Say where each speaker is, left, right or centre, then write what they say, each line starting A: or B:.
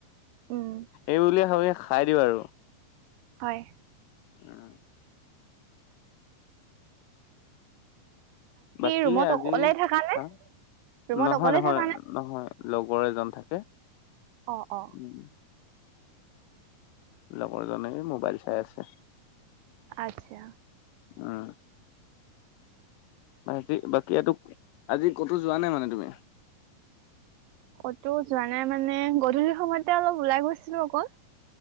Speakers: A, on the right; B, on the left.
A: উম
B: এইবুলিয়ে ভাবি খাই দিওঁ আৰু।
A: হয়।
B: উম। বাকী
A: ৰুমত
B: আজি,
A: অকলে থাকা নে
B: হা,
A: ৰুমত
B: নহয়
A: অকলে
B: নহয়,
A: থাকা নে
B: নহয়। লগৰ এজন থাকে।
A: অঁ' অঁ'।
B: উম লগৰজনে এই মোবাইল চাই আছে।
A: আচ্ছা।
B: উম। আজি, বাকী এটো, আজি ক'তো যোৱা নাই মানে তুমি?
A: কতো যোৱা নাই মানে, গধূলি সময়তে অলপ ওলাই গৈছিলো অকল।